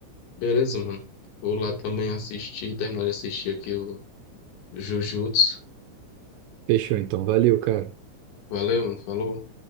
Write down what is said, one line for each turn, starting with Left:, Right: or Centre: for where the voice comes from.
Left: beleza, mano. Vou lá também assistir, terminar de assistir aqui o Jujutsu.
Right: Fechou, então. Valeu, cara.
Left: Valeu, mano. Falou.